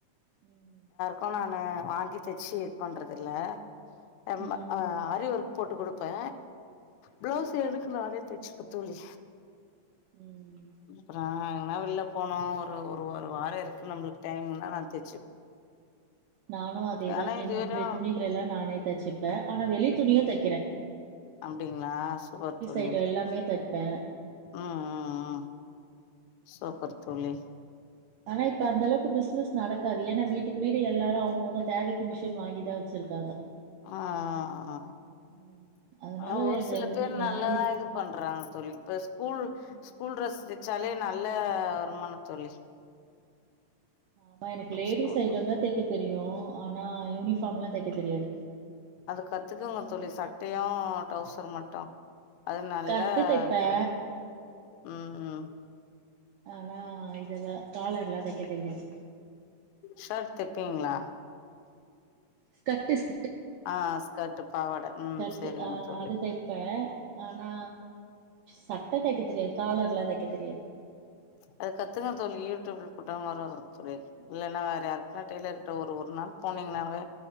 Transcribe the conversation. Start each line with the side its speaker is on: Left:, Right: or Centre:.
Right: ம்
Left: கு நானு வாங்கி தச்சு இது பண்றதில்ல அம்ம
Right: ம்
Left: ஆ ஆரீ ஒர்க் போட்டு குடுப்பே பிளவுஸ்
Right: ம்
Left: எனக்கு நானே தச்சுப்பத் தோழி
Right: ம்
Left: அப்புறோ ஆ எங்கனா வெள்ல போனு ஒரு ஒரு ஒரு வார இருக்கு நம்மளுக் டைமுன்னா நா தச்சுப்பே
Right: நானு அதேதா
Left: ஆனா இது
Right: என்னுடைய
Left: வெறு
Right: துணிகளெல்லா நானே தச்சிப்பே ஆனா வெளி துணியு தக்கிறே
Left: அப்டிங்களா சூப்பர் தோழி
Right: ஐட்டோ
Left: ம்
Right: எல்லாமே தைப்பே
Left: ம் ம் சூப்பர் தோழி
Right: ஆனா இப் ப அந்தளவுக்கு பிசினஸ் நடக்காது ஏனா வீட் டுக்கு வீடு எல்லாரு அவுங்கவுங்க தேவக்கி மிஷின் வாங்கிதா வச்சிருக்காங்க
Left: ஆ ஆ ஆ
Right: ம் அதனால
Left: ஆனா ஒரு
Right: எங்க
Left: சில
Right: வீ
Left: பேர்
Right: நா
Left: நல்லாதா
Right: இருக்க
Left: இது பண்றாங்க தோழி இப்ப ஸ் கூல்
Right: ம்
Left: ஸ்கூல் ட்ரஸ் த ச்சாலே நல்ல வருமான தோழி
Right: ஆமா எனக்கு லேடிஸ்
Left: ஸ்கூல்
Right: ஐட்டொந்தா தக்க தெரியு ஆனா யூனிஃபார்ம்லா தக்க தெரியாது
Left: அது கத்துக்குங்க தோழி சட்டையு டவுசர் மட்டு அது நல்ல
Right: ஸ்கர்ட்டு தைப்பே
Left: ப ம் ம்
Right: ஆனா இதல்லா காலர்லா தக்க தெரியாது
Left: ஷர்ட் தப்பீங்ளா?
Right: ஸ்கட்டுஸ்
Left: ஆ ஸ்கட்டு பாவாட ம்
Right: ஸ்கர்ட்டு
Left: செரிங்க
Right: ஆ
Left: தோழி
Right: அது தைப்பே ஆனா சட்ட தக்க தெரியாது காலர்லா தக்க தெரியாது
Left: அது கத்துங்க தோழி யூடியூப்ல போட்டா வரு தோழி இல்லன்னா வேற யாருக்னா டெய்லர்ட ஒரு ஒரு நாள் போனீங்னாவே